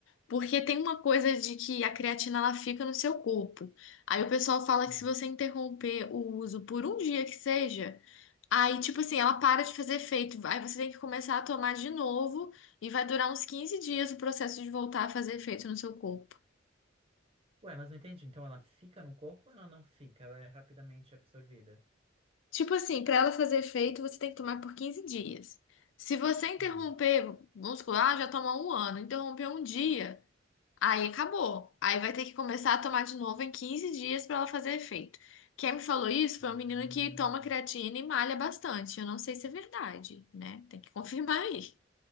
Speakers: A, on the left; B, on the right.
A: Porque tem uma coisa de que a creatina ela fica no seu corpo. Aí o pessoal fala
B: Hum.
A: que se você interromper o uso por um dia que seja, aí tipo assim, ela para de fazer efeito. Aí você tem que começar a tomar de novo e vai durar uns 15 dias o processo de voltar a fazer efeito no seu corpo.
B: Ué, mas não entendi. Então ela fica no corpo ou ela não fica? Ela é rapidamente absorvida.
A: Tipo assim, para ela fazer efeito, você tem que tomar por 15 dias. Se você interromper,
B: Ah,
A: vamos supor, ah, já tomou um ano, interrompeu um dia, aí acabou. Aí vai ter que começar a tomar de novo em 15 dias para ela fazer efeito. Quem me falou isso foi
B: ah,
A: um menino que toma creatina e malha bastante. Eu não sei se é verdade, né? Tem que <laughs> confirmar aí.